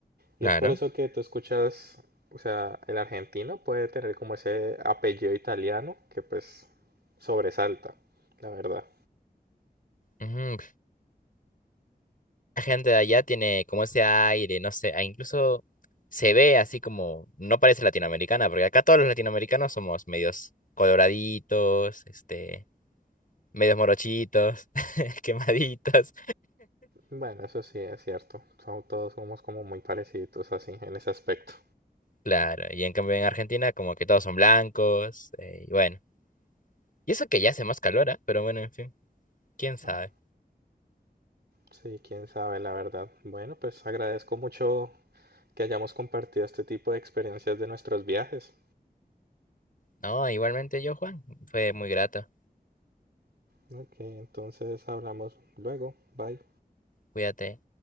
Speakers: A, on the right (about 80°); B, on the left (about 55°).
A: Y
B: Claro.
A: es por eso que tú escuchas, o sea, el argentino puede tener como ese apellido italiano que pues sobresalta, la verdad.
B: Ujú, La gente de allá tiene como ese aire, no sé, e incluso se ve así como, no parece latinoamericana, porque acá todos los latinoamericanos somos medios coloraditos, este, medios morochitos, <laughs> quemaditos.
A: Bueno, eso sí es cierto. Son- todos somos como muy parecidos así en ese aspecto.
B: Claro, y en cambio en Argentina como que todos son blancos, eh, y bueno. Y eso que ya hace más calor, ah, Pero bueno, en fin, quién sabe.
A: Ah, Sí, quién sabe, la verdad. Bueno, pues agradezco mucho que hayamos compartido este tipo de experiencias de nuestros viajes.
B: No, igualmente yo, Juan, fue muy grato.
A: ¿no? Ok, entonces hablamos luego. Bye.
B: Cuídate.